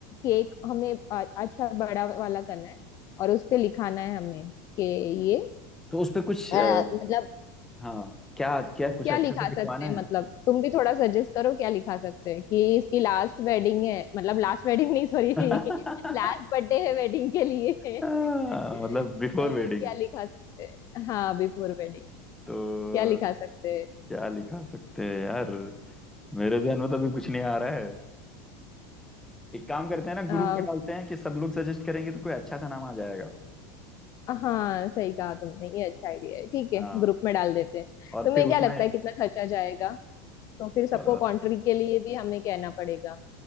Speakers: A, on the left; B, in the centre.
A: केक हमें अ- अच्छा बड़ा वाला करना है और उस पे लिखाना है हमें कि ये
B: तो उस पे कुछ
A: अ,
B: अ,
A: मतलब
B: हाँ क्या क्या कुछ
A: क्या
B: अच्छा
A: लिखा
B: से लिखवाना
A: सकते हैं
B: है
A: मतलब तुम भी थोड़ा सजेस्ट करो क्या लिखा सकते हैं कि इसकी लास्ट वेडिंग है मतलब लास्ट वेडिंग नहीं सॉरी
B: <laughs>
A: लास्ट बर्थडे <laughs> है वेडिंग के लिए
B: हाँ,
A: <laughs>
B: मतलब बिफोर
A: तो
B: वेडिंग
A: क्या लिखा सकते हैं हाँ बिफोर वेडिंग
B: तो
A: क्या लिखा सकते हैं
B: क्या लिखा सकते हैं यार मेरे जहन में तो अभी कुछ नहीं आ रहा है एक काम करते हैं ना
A: अ,
B: ग्रुप पे डालते हैं कि सब लोग सजेस्ट करेंगे तो कोई अच्छा सा नाम आ जाएगा
A: हाँ सही कहा तुमने ये अच्छा आइडिया है ठीक है
B: हाँ
A: ग्रुप में डाल देते हैं
B: और
A: तुम्हें
B: फिर उसमें
A: क्या लगता है कितना खर्चा जाएगा तो फिर सबको
B: अ,
A: कंट्री के लिए भी हमें कहना पड़ेगा